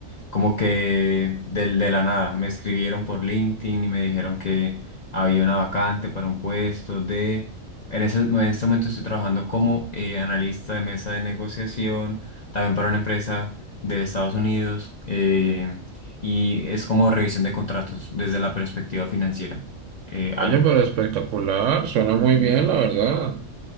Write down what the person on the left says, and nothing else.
como que del, de la nada. Me escribieron por LinkedIn y me dijeron que había una vacante para un puesto de... En ese, en este momento estoy trabajando como eh, analista de mesa de negociación, también para una empresa de Estados Unidos, eh, y es como revisión de contratos desde la perspectiva financiera. Eh,
algo.